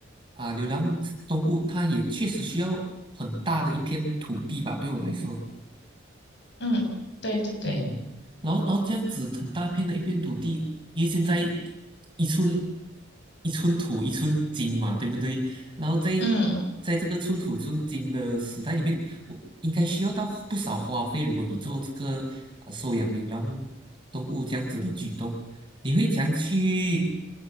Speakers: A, on the right (about 25°); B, on the left (about 60°).
A: 啊流浪动物，它也确实需要很大的一片土地吧，对我来说。
B: 嗯，对对对，
A: 嗯，然后然后这样子很大片的一片土地，因为现在一寸一寸土一寸金嘛，对不对？然后在
B: 嗯。
A: 在这个寸土寸金的时代里面，我应该需要到不少花费。如果你做这个呃收养流浪动物这样子的举动，你会怎样去